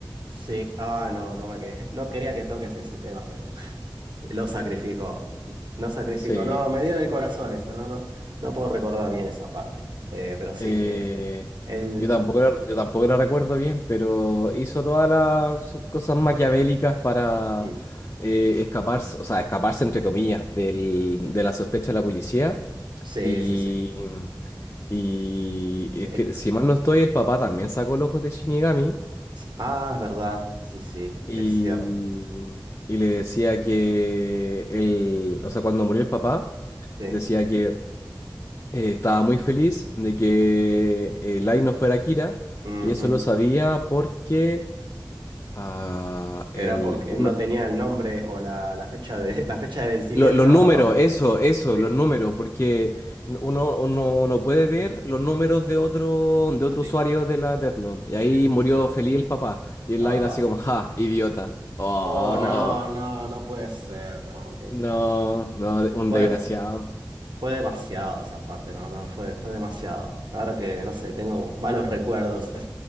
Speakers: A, on the right (about 80°); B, on the left (about 40°).
A: Sí, ah, no, no me quedé. No quería que toques ese tema, pero lo sacrificó. Lo sacrificó.
B: Sí.
A: No, me dio en el corazón eso. No, no, no puedo recordar bien esa parte. Eh, pero sí,
B: Eh,
A: eh, él.
B: yo tampoco la, yo tampoco la recuerdo bien, pero hizo todas las sus cosas maquiavélicas para
A: mm,
B: eh, escaparse, o sea, escaparse entre comillas del, de la sospecha de la policía.
A: Sí,
B: Y,
A: sí, sí.
B: y es
A: Es-
B: que si mal no estoy, el papá también sacó los ojos de Shinigami.
A: ah, es verdad. Sí, sí,
B: y,
A: es cierto.
B: y le decía que él, o sea, cuando murió el papá,
A: Sí.
B: decía que eh, estaba muy feliz de que eh, Light no fuera Kira,
A: ujú.
B: y eso lo sabía porque ah, el,
A: Era porque
B: uno,
A: no tenía el nombre o la, la fecha de, <laughs> la fecha de vencimiento.
B: lo- los números, eso,
A: <laughs>
B: eso,
A: Sí,
B: los números, porque uno, uno no puede ver los números de otro, de otro
A: sí,
B: usuario de la Death Note. Y ahí
A: de, la.
B: murió
A: de la-
B: feliz el papá, y el
A: ah.
B: Light así como, ja, idiota. Oh.
A: Oh, no, no, no puede ser. No, ok.
B: No, no, de- un
A: Fue,
B: desgraciado.
A: Fue demasiado esa parte, no, no, fue, fue demasiado. Ahora que, no sé, tengo malos recuerdos. <laughs>